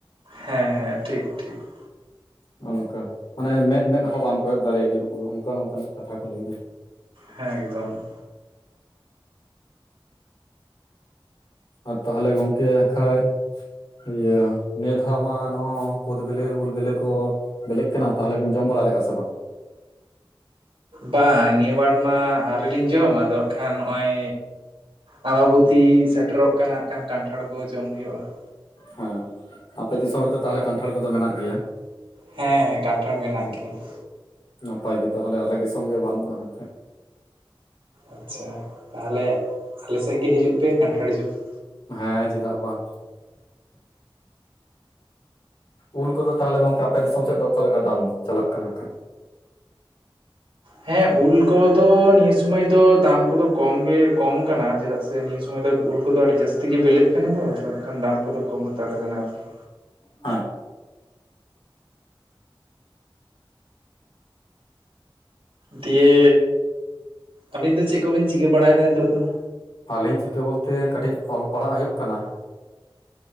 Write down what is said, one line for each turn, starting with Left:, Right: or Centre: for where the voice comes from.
Right: ᱦᱮᱸᱻ ᱦᱮᱸᱻ ᱴᱷᱤᱠ, ᱴᱷᱤᱠ ᱾
Left: ᱱᱚᱜ ᱱᱚᱝᱠᱟ ᱾ ᱢᱟᱱᱮ, ᱢᱮᱫ ᱢᱮᱫ ᱦᱚᱸ, ᱵᱟᱢ ᱠᱚᱭᱚᱜ ᱫᱟᱲᱮᱭᱟᱜᱼᱟ, ᱚᱱᱠᱟ ᱱᱚᱝᱠᱟᱱᱟᱜ ᱠᱟᱛᱷᱟ ᱠᱚ ᱞᱟᱹᱭᱮᱫᱟ ᱾
Right: ᱦᱮᱸ ᱮᱠᱫᱚᱢ ᱾
Left: ᱟᱨ, ᱛᱟᱦᱚᱞᱮ ᱜᱚᱝᱠᱮ, ᱮᱱᱠᱷᱟᱡ ᱤᱭᱟᱹ, ᱱᱤᱭᱟ. ᱫᱷᱟᱣ ᱢᱟ, ᱱᱚᱜᱻᱚᱭ ᱠᱳᱫ ᱵᱤᱞᱤ, ᱩᱞ ᱵᱤᱞᱮ ᱠᱚ ᱵᱤᱞᱮᱜ ᱠᱟᱱᱟ, ᱛᱟᱦᱚᱞᱮ ᱵᱤᱱ, ᱡᱚᱢ ᱵᱟᱲᱟ ᱞᱮᱜᱼᱟ ᱥᱮ ᱵᱟᱝ?
Right: ᱵᱟᱝ, ᱱᱤᱭᱟᱹ ᱵᱟᱨ ᱢᱟ, ᱟᱹᱣᱨᱤᱞᱤᱧ ᱡᱚᱢ, ᱟᱫᱚ ᱠᱷᱟᱱ, ᱱᱚᱜᱼᱚᱭ ᱟᱢᱵᱟᱵᱚᱛᱤᱥ ᱥᱮᱴᱮᱨᱚᱜ ᱠᱟᱱᱟ ᱠᱷᱟᱱ, ᱠᱟᱱᱴᱷᱟᱲ ᱠᱚ, ᱡᱚᱢ ᱦᱩᱭᱩᱜᱼᱟ ᱾
Left: ᱦᱮᱸ, ᱟᱯᱮ ᱫᱤᱥᱚᱢ ᱨᱮᱫᱚ ᱛᱟᱦᱚᱞᱮ, ᱠᱟᱱᱴᱷᱟᱲ ᱠᱚᱫᱚ, ᱢᱮᱱᱟᱜ ᱜᱮᱭᱟ ᱾
Right: ᱦᱮᱸᱻ ᱦᱮᱸᱻ, ᱠᱟᱱᱴᱷᱟᱲ ᱢᱮᱱᱟᱜ ᱜᱮᱭᱟ ᱾
Left: ᱱᱟᱯᱟᱭ ᱜᱮ ᱛᱟᱦᱚᱞᱮ, ᱟᱞᱮ ᱫᱤᱥᱚᱢ ᱜᱮ, ᱵᱟᱹᱱᱩᱜᱼᱟ, ᱮᱱᱠᱷᱟᱡ
Right: ᱟᱪᱪᱷᱟ, ᱛᱟᱦᱚᱞᱮ, ᱟᱞᱮ ᱥᱮᱫ ᱜᱮ, ᱦᱤᱡᱩᱜ ᱯᱮ, ᱠᱟᱱᱴᱷᱟᱲ ᱡᱚᱢ ᱾
Left: ᱦᱮᱸ ᱪᱮᱫᱟᱜ ᱵᱟᱝ᱾ ᱩᱞ ᱠᱚᱫᱚ ᱛᱟᱦᱚᱞᱮ ᱜᱚᱝᱠᱮ ᱟᱯᱮ ᱫᱤᱥᱚᱢ ᱥᱮᱫ ᱫᱚ ᱚᱠᱟ ᱞᱮᱠᱟ ᱫᱟᱢ ᱪᱟᱞᱟᱜ ᱠᱟᱱᱟ ᱠᱷᱟᱡ?
Right: ᱦᱮᱸ ᱩᱞ ᱠᱚᱫᱚ ᱱᱤᱭᱟᱹ ᱥᱩᱢᱟᱹᱭ ᱫᱚ ᱫᱟᱢ ᱠᱚᱫᱚ ᱠᱚᱢ ᱜᱮ ᱠᱚᱢ ᱠᱟᱱᱟ, ᱪᱮᱫᱟᱜ ᱥᱮ ᱱᱤᱭᱟᱹ ᱥᱩᱢᱚᱭ ᱫᱚ ᱩᱞ ᱠᱚᱫᱚ ᱟᱹᱰᱤ ᱡᱟᱹᱥᱛᱤ ᱜᱮ ᱵᱞᱮᱜ ᱠᱟᱱᱟ ᱛᱚ ᱟᱫᱚ ᱠᱷᱟᱱ ᱫᱟᱢ ᱠᱚᱫᱚ ᱠᱚᱢ ᱦᱟᱛᱟᱲ ᱠᱟᱱᱟ ᱟᱨᱠᱤ᱾
Left: ᱦᱟᱸ᱾
Right: ᱫᱤᱭᱮ ᱟᱹᱵᱤᱱ ᱫᱚ ᱪᱮᱫ ᱠᱚᱵᱤᱱ ᱪᱤᱠᱟᱹ ᱵᱟᱲᱟᱭᱮᱫᱟ ᱱᱤᱛᱚᱜ ᱫᱚ?
Left: ᱟᱹᱞᱤᱧ ᱪᱤᱠᱟᱹ ᱵᱚᱞᱛᱮ ᱠᱟᱹᱴᱤᱡ ᱚᱞ ᱯᱟᱲᱦᱟᱜ ᱦᱩᱭᱩᱜ ᱠᱟᱱᱟ᱾